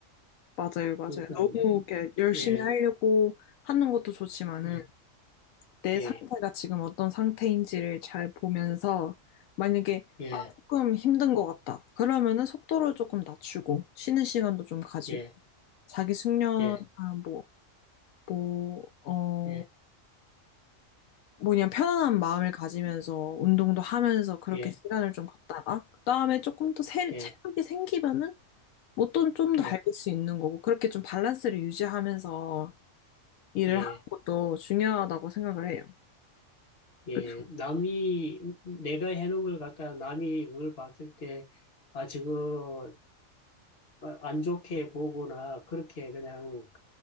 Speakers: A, on the left; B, on the left.
A: 맞아요, 맞아요.
B: 그러니까
A: 너무
B: 음,
A: 이렇게 열심히
B: 예
A: 하려고 하는 것도 좋지만은
B: 예,
A: 내
B: 예,
A: 상태가 지금 어떤 상태인지를 잘 보면서 만약에
B: 예,
A: 아, 조금 힘든 것 같다. 그러면은 속도를 조금 낮추고 쉬는 시간도 좀 가지고
B: 예,
A: 자기 숙련
B: 예.
A: 아, 뭐, 뭐, 어,
B: 예,
A: 뭐냐 편안한 마음을 가지면서 운동도 하면서 그렇게
B: 예,
A: 시간을 좀 갖다가 그다음에 조금 더 새,
B: 예,
A: 체력이 생기면은 뭐또좀더
B: 예,
A: 달릴 수 있는 거고 그렇게 좀 밸런스를 유지하면서 일을
B: 예,
A: 하는 것도 중요하다고 생각을 해요.
B: 예.
A: 그쵸?
B: 남이, 내가 해놓은 걸 갖다가 남이 그걸 봤을 때, 아, 지금 안 좋게 보거나, 그렇게 그냥,